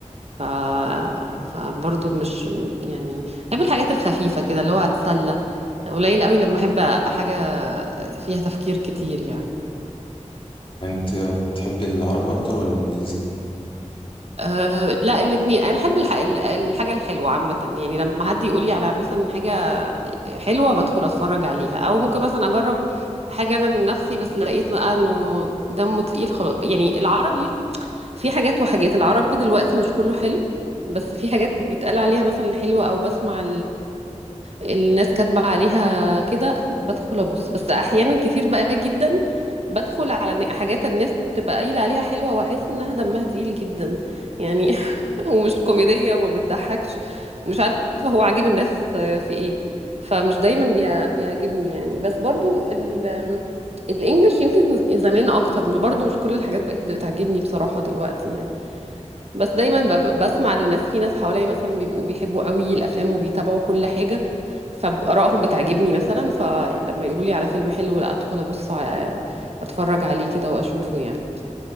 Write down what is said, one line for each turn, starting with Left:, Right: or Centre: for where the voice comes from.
Right: ف... فبرضه مش يعني بحب الحاجات الخفيفة كده اللي هو أتسلى قليل قوي لما أحب حاجة فيها تفكير كتير يعني
Left: طب انت بتحب العربي اكتر ولا الانجليزي؟
Right: أه لا الاتنين أنا أحب الح... ال- الحاجة الحلوة عامة يعني لما حد يقول لي على مثلا حاجة حلوة بدخل أتفرج عليها أو ممكن مثلا أجرب حاجة أنا من نفسي بس لقيت بقى إنه دمه تقيل خلاص يعني العربي في حاجات وحاجات العربي دلوقتي مش كله حلو بس في حاجات بيتقال عليها مثلا حلوة أو بسمع الناس كاتبة عليها كده بدخل أبص بس أحيانا كتير بقى جدا بدخل على ن- حاجات الناس بتبقى قايلة عليها حلوة وأحس إنها دمها تقيل جدا يعني <laughs> ومش كوميدية وما بتضحكش ومش عارفة هو عاجب الناس في إيه فمش دايما بيع- بيعجبني يعني بس برضو ال الإنجليش يمكن زمان أكتر برضو مش كل الحاجات بقت بتعجبني بصراحة دلوقتي يعني بس دايما بب- بسمع للناس في ناس حواليا مثلا بيبقوا بيحبوا قوي الافلام وبيتابعوا كل حاجه فارائهم بتعجبني مثلا فلما يقولوا لي على فيلم حلو لا ادخل ابص على اتفرج عليه كده واشوفه يعني